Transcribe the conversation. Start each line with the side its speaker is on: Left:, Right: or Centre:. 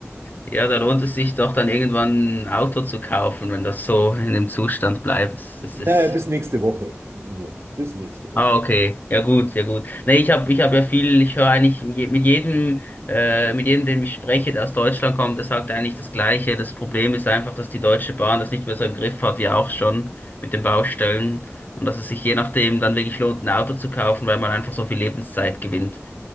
Left: Ja, da lohnt es sich doch dann irgendwann ein Auto zu kaufen, wenn das so in dem Zustand bleibt. Das
Right: Naja,
Left: ist
Right: bis nächste Woche nur. Bis nächste Woche.
Left: Ah, okay. Ja gut, ja gut. Nee, ich habe ich hab ja viel, ich höre eigentlich je- mit jedem, äh, mit jedem, dem ich spreche, der aus Deutschland kommt, der sagt eigentlich das Gleiche. Das Problem ist einfach, dass die Deutsche Bahn das nicht mehr so im Griff hat, wie auch schon mit den Baustellen. Und dass es sich je nachdem dann wirklich lohnt, ein Auto zu kaufen, weil man einfach so viel Lebenszeit gewinnt.